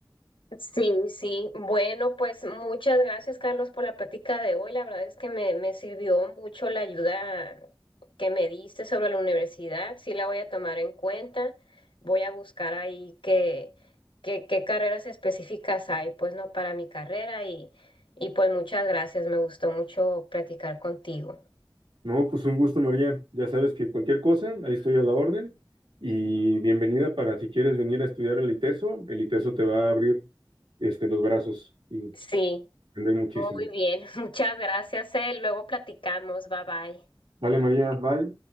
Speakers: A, on the left; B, on the right.
A: Sí, sí. Bueno, pues muchas gracias, Carlos, por la plática de hoy. La verdad es que me, me sirvió mucho la ayuda que me diste sobre la universidad. Sí la voy a tomar en cuenta. Voy a buscar ahí qué, qué, qué carreras específicas hay, pues no para mi carrera. Y, y pues muchas gracias. Me gustó mucho platicar contigo.
B: No, pues un gusto, María. Ya sabes que cualquier cosa, ahí estoy a la orden. Y bienvenida para si quieres venir a estudiar el ITESO. El ITESO te va a abrir este, los brazos y
A: Sí,
B: aprender muchísimo.
A: muy bien. <laughs> Muchas gracias, eh. Luego platicamos. Bye bye.
B: Vale, María, bye.